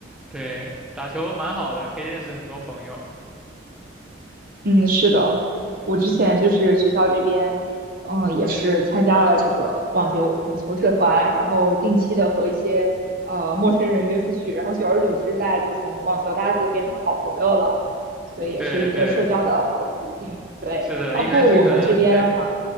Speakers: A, in the centre; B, on the right.
A: 对，打球蛮好的，可以认识很多朋友。
B: 嗯，是的，我之前就是学校这边，嗯，也是参加了这个网球网球社团，然后定期的和一些呃陌生人约出去，然后久而久之，大家就从网球搭子变成好朋友了，所以也是一个社交的好的途径。
A: 对对，
B: 对，
A: 是的，
B: 包括我们这边的话，
A: 一开始可能对